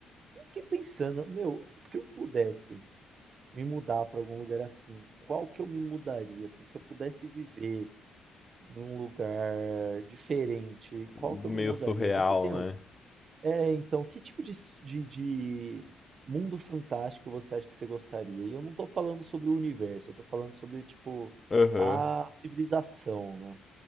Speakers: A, on the right; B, on the left.
A: E eu fiquei pensando, meu, se eu pudesse me mudar para algum lugar assim, qual que eu me mudaria, assim, se eu pudesse viver em um lugar diferente,
B: Meio
A: qual que eu me mudaria?
B: surreal,
A: Você tem
B: né?
A: algum? É, então, que tipo de, s- de, de mundo fantástico você acha que você gostaria? E eu não tô falando sobre o universo, eu tô falando sobre, tipo,
B: Aham.
A: a civilização, né?